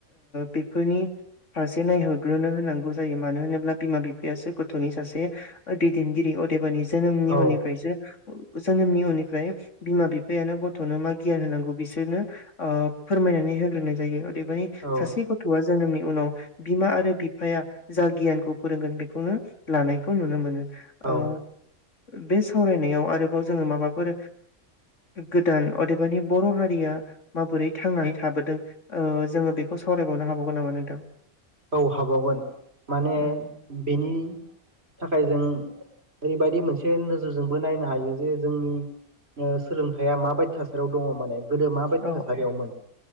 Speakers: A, on the left; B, on the right.
A: बेफोरनि फारसे नायहरग्रोनो होनांगौ जायो मानो होनोब्ला बिमा बिफायासो गथ'नि सासे दैदेनगिरि अदेबानि जोनोमनि
B: औ
A: उननिफ्रायसो जोंनोम निउननिफ्राय बिमा बिफायानो गथनो मा गियान होनांगौ बिसोरनो फोरमायनानै होग्रोनाय जायो दा मानि
B: औ
A: सासे गथ'आ जोनोमनि उनाव बिमा आरो बिफाया जा गियानखौ फोरोंगोन बेखौनो लानायखौ नुनो मोनो
B: औ
A: ओ बे सावरायनायाव आरोबाव जोंङो माबाफोर गोदान अदेबानि बर हारि या माबोरै थांनानै थाबोदों ओ जोंङो बेखौ सावरायबावनो हाबावगोन नामा नोंथां
B: औ हाबावगोन माने
A: उम
B: बेनि थाखाय जों ओरैबायदि मोनसे नोजोरजोंबो नायनो हायो जे जोंनि सोलोंथाइया माबायदि थासारियाव दंङ माने गोदो माबायदि
A: औ
B: थासारियावमोन
A: औ